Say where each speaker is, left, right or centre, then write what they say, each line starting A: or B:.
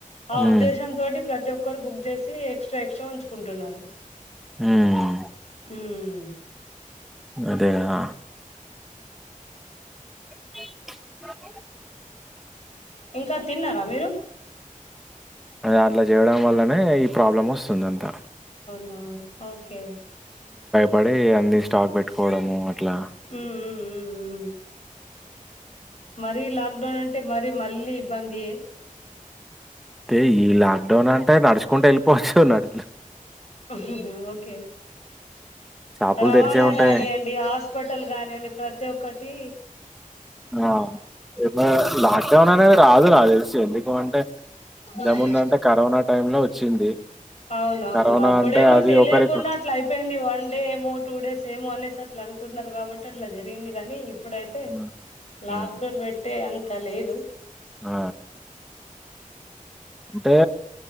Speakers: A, on the left; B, in the centre.
A: ఆ
B: ఉమ్
A: ఉద్దేశం తోటి ప్రతి ఒక్కరు బుక్ చేసి ఎక్స్ట్రా ఎక్స్ట్రాల్ ఉంచుకుంటుఉన్నారు
B: ఉమ్
A: మ్
B: అదే గదా <inaudible>
A: ఇంకా తిన్నారా మీరు
B: అదే అట్లా చేయడం వల్లనే ఈ ప్రాబ్లం వస్తుంది అంతా
A: ఆ ఓకే
B: పడే ఏ అన్ని స్టాక్ పెట్టుకోవడమ్ అట్లా
A: ఉమ్ ఉమ్ ఉమ్ ఉమ్ మరీ లాక్డౌన్ అంటే మరి మళ్ళీ ఇబ్బంది
B: అయితే ఈ లాక్డౌన్ అంత నడుచుకుంట వెళ్ళిపోవచ్చు నడు
A: ఉహూ ఓకే
B: షాపులు
A: రవాణా
B: తెరిచే ఉంటాయి.
A: కానియండి హాస్పిటల్ గానియుండి ప్రతి ఒక్కటి
B: ఆ ఏమ లాక్డౌన్ అనేది రాదు నాక్ తెలిసి ఎందుకు అంటే ఇంతముంద
A: ఉమ్.
B: అంటే కరోనా టైమ్ లో వచ్చింది
A: అవును అవును
B: కరోనా
A: అప్పుడేమో
B: అంటే అది
A: తెలియకుండా
B: ఒకరికి
A: అట్లా అయిపోయింది వన్ డే ఏమో టూ డేస్ ఏమో అనేసర్ అట్లా అనుకుంటన్నారు కాబట్టి అట్లా జరిగింది గాని ఇప్పుడు అయితే
B: హ్మ్.
A: లాక్
B: హ్మ్.
A: డౌన్ పెట్టే అంత్ త లేదు
B: ఆ టే